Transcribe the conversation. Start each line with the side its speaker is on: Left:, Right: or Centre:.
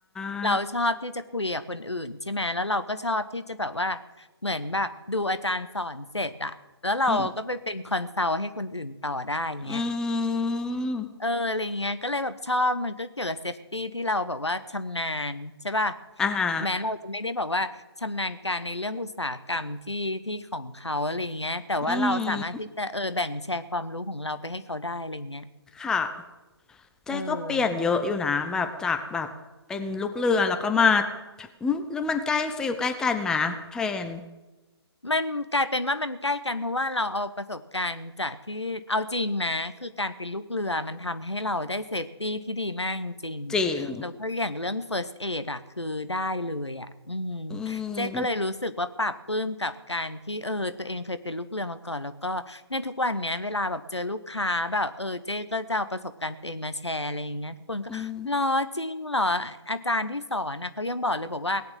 Centre: า
Left: เราชอบที่จะคุยกับคนอื่นใช่ไหมแล้วเราก็ชอบที่จะแบบว่าเหมือนแบบดูอาจารย์สอนเสร็จอะแล้วเราก็ไปเป็นคอนซัลท์ให้คนอื่นต่อได้อย่างเงี้ย
Centre: อืมอืม
Left: เอออะไรเงี้ยก็เลยแบบชอบมันก็เกี่ยวกับเซฟตี้ที่เราแบบว่าชำนาญใช่ป่ะ
Centre: อ่าฮะ
Left: แม้เราจะไม่ได้แบอกว่าชำนาญการในเรื่องอุตสาหกรรมที่ที่ของเขาอะไรเงี้ยแต่ว่าเราสามารถที่จะเออแบ่งแชร์ความรู้ของเราไปให้เขาได้อะไรเงี้ย
Centre: อืมค่ะเจ๊ก็เปลี่ยนเยอะอยู่นะแบบจากแบบเป็นลูกเรือแล้วก็มา
Left: เออ
Centre: อืมหรือมันใกล้ฟิลใกล้กันมาเทรน
Left: มันกลายเป็นว่ามันใกล้กันเพราะว่าเราเอาประสบการณ์จากที่เอาจริงนะคือการเป็นลูกเรือมันทำให้เราได้เซฟตี้ที่ดีมากจริงๆแล้วก็อย่างเรื่อง
Centre: จริง
Left: first aid อ่ะคือได้เลยอ่ะอืม
Centre: อื
Left: เจ๊ก็เลยรู้สึกว่าปลาบปลื้มกับการที่เออตัวเองเคยเป็นลูกเรือมาก่อนแล้วก็เนี่ยทุกวันเนี้ยเวลาแบบเจอลูกค้าแบบเออเจ๊ก็จะเอาประสบการณ์ตัวเองมาแชร์อะไรอย่างเงี้ยทุกคนก็หรอจริงเหรออาจารย์ที่สอนนะเขายังบอกเลยบอกว่า
Centre: มอืม